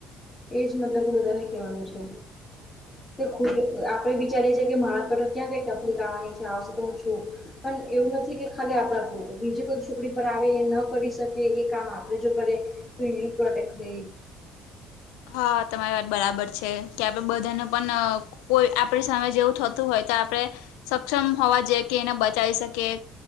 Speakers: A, on the left (about 15°); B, on the left (about 85°).
A: એજ મતલબ બધાને કેવાનું છે. તો ખુદ આપડે વિચારીએ છીએ કે મારા પર ક્યાં કઈ તકલીફ આવવાની છે આવશે તો હું છું. પણ એવું નથી કે ખાલી આપણા પર બીજી કોઈ છોકરી પર આવે એ ન કરી શકે એ કામ આપણેે જો કરયે. તો એની પ્રોટેક્ટ <unintelligible>
B: હા તમારી વાત બરાબર છે કે આપડે બધાને પણ અ કોઈ આપણી સામે જેવું થતું હોય તો આપણે સક્ષમ હોવા જેઈએ કે એને બચાવી શકીએ.